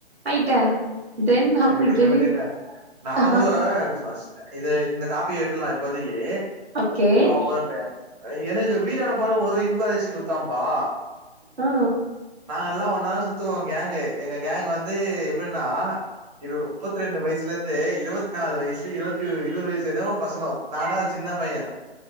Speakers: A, on the right (about 70°); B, on the right (about 40°).
A: ஆயிட்டே தென்
B: செரி
A: அப்டி
B: விடுங்க
A: டெலிட்
B: விடுங்க நா
A: ஆஹா
B: கூட அஸ் இத இந்த டாபிக்க விட்டுர்லா இப்போதைக்கு
A: ஓகே
B: அவ போத பைய எனக்கு வீடான போன ஒரு இன்ப அதிர்ச்சி குடுத்தாம்பா
A: ஆ
B: நாங்க எல்லா ஒன்ன தா சுத்துவோ கேங்கு எங்க கேங்க் வந்து எப்டின்னா இருபது முப்பத்தி ரெண்டு வயசுல இருந்து இருபத்தி நாலு வயசு இருபத்தி இருபது வயசு வரையு பசங்க நா தா சின்ன பையன்